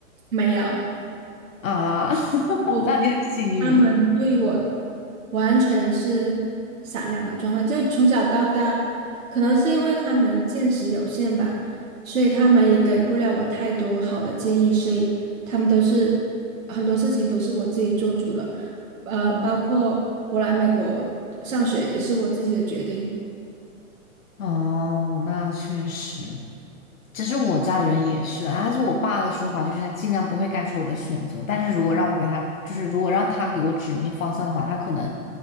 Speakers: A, on the right; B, on the left.
A: 没有，
B: 啊，<laughs>
A: 我
B: 那你很幸运
A: 他们对我完全是散养的状态，就从小到大，可能是因为他们见识有限吧，所以他们也给不了我太多好的建议，所以他们都是很多事情都是我自己做主的，呃，
B: 嗯，
A: 包括我来美国上学也是我自己的决定，
B: 哦，那确实。其实我家里人也是，啊，就我爸的说法就是他尽量不会干涉我的选择，但是如果让我给他，就是如果让他给我指明方向的话，他可能